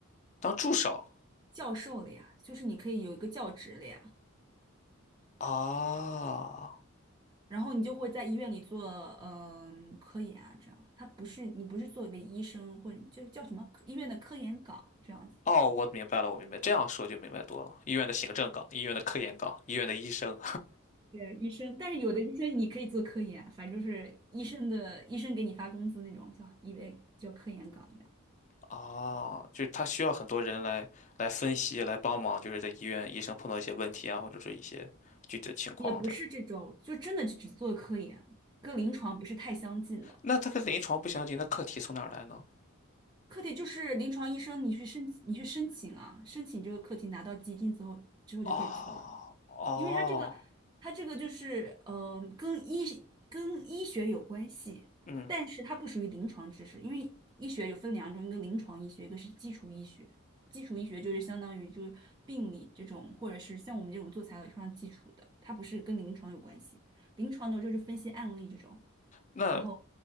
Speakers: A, on the left (about 35°); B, on the right (about 20°).
A: 当助手
B: 教授了呀，就是你可以有一个教职了呀，
A: 啊。
B: 然后你就会在医院里做嗯、科研啊，这样，他不是你不是作为医生或者就叫什么科医院的科研岗这样子。
A: 哦，我明白了，我明白，这样说就明白多了。医院的行政岗、医院的科研岗、医院的医生，
B: 对，医生，但是有的医生你可以做科研，反正就是医生的医生给你发工资那种，叫医为叫科研岗。
A: <laughs> 哦，就是他需要很多人来来分析、来帮忙，就是在医院医生碰到一些问题啊，或者说一些具体的情况的。
B: 也不是这种，就真的就只做科研，跟临床不是太相近的。
A: 那他跟临床不相近，那课题从哪儿来呢？
B: 课题就是临床医生，你去申你去申请啊，申请这个课题拿到基金之后，之后就可以做。
A: 哦哦，
B: 了。因为它这个，它这个就是呃，跟医跟医学有关系，
A: 嗯，
B: 但是它不属于临床知识，因为医学有分两种，一个临床医学，一个是基础医学。基础医学就是相当于就是病理这种，或者是像我们这种做材料非常基础的，它不是跟临床有关系。临床的就是分析案例这种。
A: 那
B: 然后